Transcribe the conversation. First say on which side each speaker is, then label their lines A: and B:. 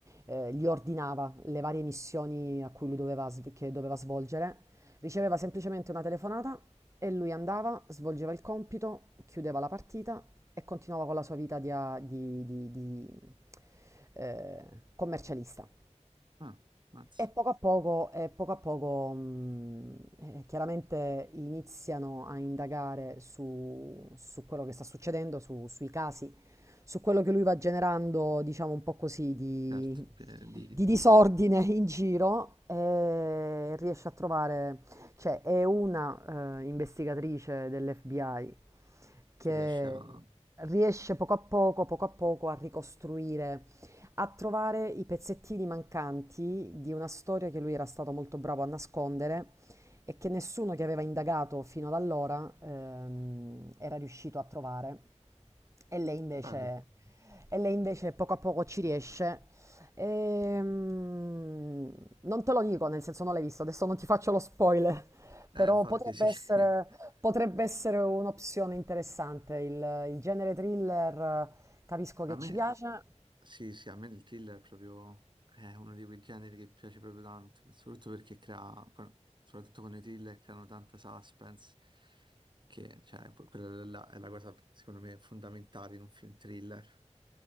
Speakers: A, on the right; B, on the right.
A: eh, gli ordinava le varie missioni a cui lui doveva, sv- che doveva svolgere. Riceveva semplicemente una telefonata e lui andava, svolgeva il compito, chiudeva la partita e continuava con la sua vita di, a- di- di- di, eh, commercialista.
B: Ah, mazza,
A: E poco a poco, e poco a poco, mh, eh, chiaramente iniziano a indagare su, su quello che sta succedendo, su- sui casi, su quello che lui va generando, diciamo un po' così, di,
B: certo, che di-
A: di disordine in giro e riesce a trovare, cioè è una eh, investigatrice dell'FBI che
B: chi riesce a...
A: riesce poco a poco, poco a poco a ricostruire a trovare i pezzettini mancanti di una storia che lui era stato molto bravo a nascondere e che nessuno che aveva indagato fino ad allora ehm, era riuscito a trovare. E lei invece,
B: Bello.
A: e lei invece poco a poco ci riesce. Ehm, non te lo dico, nel senso non l'hai visto, adesso non ti faccio lo spoiler, <laughs>
B: Eh,
A: però
B: infatti
A: potrebbe
B: sì,
A: essere,
B: <laughs>
A: potrebbe essere un'opzione interessante. Il, il genere thriller eh, capisco
B: a
A: che
B: me,
A: ci piace.
B: sì, sì, a me il thriller è proprio è uno di quei generi che piace proprio tanto, soprattutto perché crea, poi- soprattutto con i thriller creano tanta suspense, che, cioè, que- quella là è la cosa, secondo me, fondamentale in un film thriller.